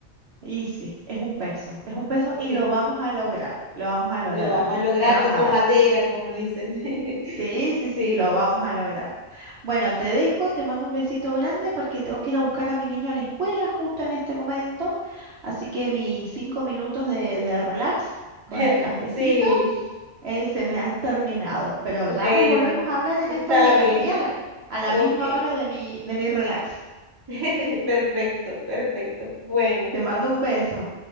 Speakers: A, on the right; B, on the right.
A: Y sí, es un peso, es un peso y
B: Sí.
A: lo vamos a lograr, lo vamos a lograr,
B: Lo vamos
A: amiga.
B: a lograr,
A: Ya vas
B: toco
A: a ver.
B: madera, como dicen. <laughs>
A: Sí, sí, sí,
B: Sí,
A: lo vamos a lograr. Bueno, te dejo, te mando un besito grande porque tengo que ir a buscar a mi niño a la escuela justo en este momento. Así que mis cinco minutos de, de relax con
B: <laughs>
A: el cafecito
B: sí,
A: Eh, se me han terminado, pero
B: bueno,
A: ya nos volvemos a hablar en
B: está
A: estos días,
B: bien,
A: ¿sí? A la, a la
B: ok.
A: misma hora de mi, de mi relax.
B: <laughs> Perfecto, perfecto. Bueno.
A: Te mando un beso.